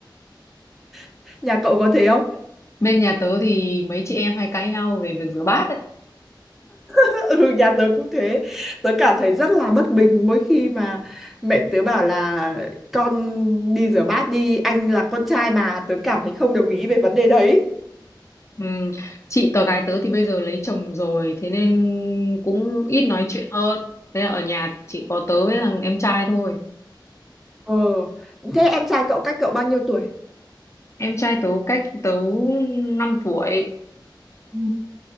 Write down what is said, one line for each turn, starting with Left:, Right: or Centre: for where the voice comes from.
Centre: <laughs> nhà cậu có thế không?
Left: Bên nhà tớ thì mấy chị em hay cãi nhau về việc rửa bát ấy.
Centre: <laughs> Ừ, nhà tớ cũng thế. Tớ cảm thấy rất là bất bình mỗi khi mà mẹ tớ bảo là con đi rửa bát đi, anh là con trai mà tớ cảm thấy không đồng ý về vấn đề đấy.
Left: Ừm, Chị tớ gái tớ thì bây giờ lấy chồng rồi, thế nên cũng ít nói chuyện hơn. Thế là ở nhà chỉ có tớ với thằng em trai thôi.
Centre: Ờ, thế em trai cậu cách cậu bao nhiêu tuổi?
Left: Em trai tớ cách tớ năm tuổi
Centre: Ừ.